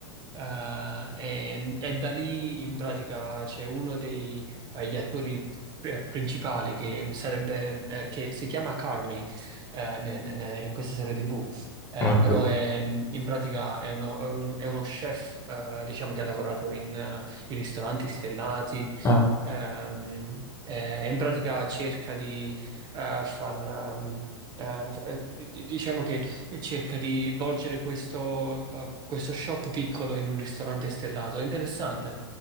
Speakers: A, on the right (about 30°); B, on the left (about 20°).
A: Eh, e, e da lì in pratica c'è uno degli attori eh, principali che sarebbe eh, che si chiama Carmi eh, ne- ne- in questa serie TV. Eh,
B: Ah, ok.
A: però è, in pratica è uno, è un- è uno chef, eh, diciamo, che ha lavorato in, eh, in ristoranti stellati,
B: Ah,
A: ehm, eh, e in pratica cerca di eh, far, ehm, eh, f- eh, di- di- diciamo che e cerca di volgere questo, eh, questo shop piccolo in un ristorante stellato. È interessante.